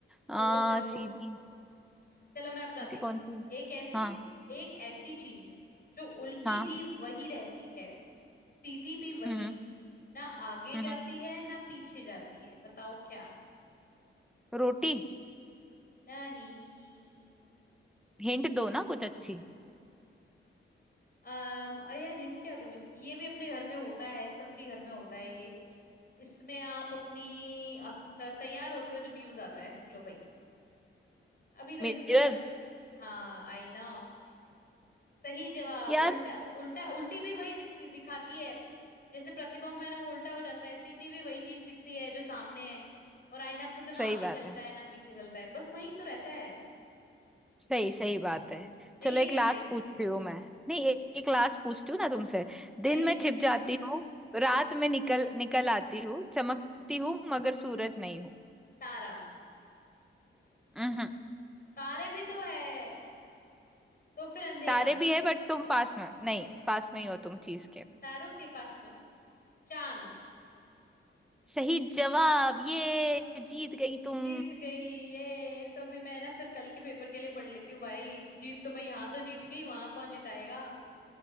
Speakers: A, in the centre; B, on the left (about 45°).
A: आ
B: सोचो
A: सीधी
B: चलो मैं बताती
A: ऐसी
B: हूँ
A: कौन सी
B: एक ऐसी
A: हाँ
B: एक ऐसी चीज जो उल्टी
A: हाँ
B: भी वही रहती है सीधी भी वही
A: हम्म
B: ना आगे
A: हम्म
B: जाती
A: हम्म।
B: है ना पीछे जाती है बताओ क्या
A: रोटी
B: नहीं
A: हिंट दो ना कुछ अच्छी
B: अम अरे यार हिंट क्या दूं इसकी ये भी अपने घर में होता है सबके घर में होता है ये इसमें आप अपनी आप त- तैयार होते हो जब यूज आता है लो भाई अभी तो
A: मिरर
B: इससे ज्यादा हाँ आई नो सही जवाब
A: यार
B: उल्टा उल्टा उल्टी भी वही दिखती दिखाती है जैसे प्रतिबिंब है ना वो उल्टा हो जाता है सीधी भी वही चीज दिखती है जो सामने है और आईना खुद ना
A: सही
B: आगे
A: बात
B: चलता
A: है
B: है ना पीछे चलता है बस वही तो रहता है
A: सही सही बात है
B: नहीं
A: चलो
B: है
A: एक
B: क्या
A: लास्ट
B: सही
A: पूछती हूँ मैं नहीं ए, एक लास्ट पूछती हूँ ना तुमसे दिन
B: नहीं
A: में छिप जाती हूँ
B: <laughs>
A: रात में निकल निकल आती हूँ चमकती
B: हाँ
A: हूँ मगर सूरज नहीं हूँ
B: तारा
A: हम्म हम्म।
B: तारे भी तो है तो फिर अंधेरा
A: तारे भी है बट तुम पास में नहीं पास में ही हो तुम चीज के
B: तारों के पास में हूँ चांद
A: सही जवाब ये जीत गई तुम
B: जीत गई ये तो अभी मैं ना फिर कल के पेपर के लिए पढ़ लेती हूँ भाई जीत तो मैं यहाँ तो जीत गई वहां कौन जिताएगा